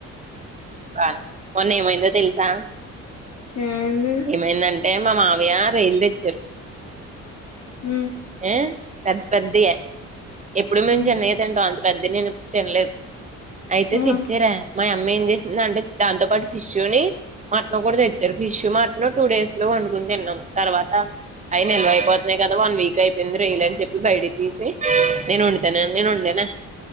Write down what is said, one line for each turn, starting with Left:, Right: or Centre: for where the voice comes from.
Right: బాను మొన్న ఏమైందో తెలుసా
Left: ఏమైంది
Right: ఏమైందంటే మా మామ య్య రొయ్యల్ దెచ్చారు
Left: ఉ
Right: యే పెద్ద పెద్దయే ఎప్పుడు మేము
Left: హ్మ్
Right: చిన్నయే తింటాం అం పెద్దయి నేనెప్పుడు తినలేదు అయితే
Left: హ్మ్
Right: తెచ్చారా మా యమ్మ ఏం జేసిందంటే దాంతో పాటు ఫిషు ని మటన్ కూడా తెచ్చారు ఫిష్ మటన్ టూ డేస్ లో వండుకుని తిన్నాం తర్వాత అవి నిల్వైపోతున్నాయి కదా వన్ వీక్ అయిపోయింది రెయ్యల అని చెప్పి బయట తీసి నేను వండుతానా నేను వంేనా